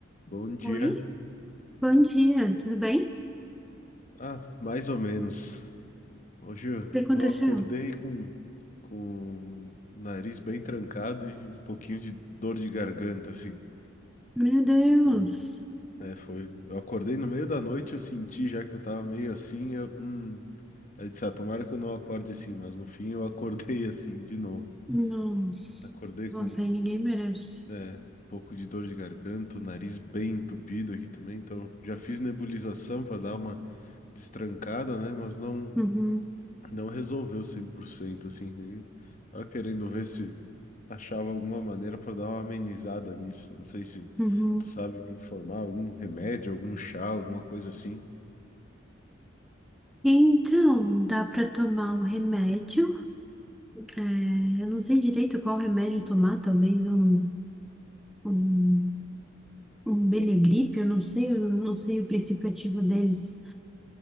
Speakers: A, on the left (about 40°); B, in the centre.
A: Bom dia.
B: Oi, bom dia, tudo bem? O
A: Ah, mais ou menos. Hoje eu
B: que aconteceu?
A: eu acordei com, com o nariz bem trancado e um pouquinho de dor de garganta, assim.
B: Meu Deus,
A: Então, é, foi. Eu acordei no meio da noite, eu senti já que eu tava meio assim. Eu, hum, eu disse, ah, tomara que eu não acorde assim, mas no fim eu acordei <laughs> assim de novo.
B: nossa,
A: Acordei
B: nossa,
A: com,
B: aí ninguém merece.
A: é, um pouco de dor de garganta, o nariz bem entupido aqui também. Então, já fiz nebulização para dar uma destrancada, né? Mas não.
B: Uhum,
A: não resolveu 100%, assim, e tava querendo ver se achava alguma maneira para dar uma amenizada nisso. Não sei se
B: uhum.
A: tu sabe me informar, algum remédio, algum chá, alguma coisa assim.
B: Então, dá pra tomar um remédio? É, eu não sei direito qual remédio tomar, talvez um, um, um Belegripe, eu não sei, eu não sei o princípio ativo deles.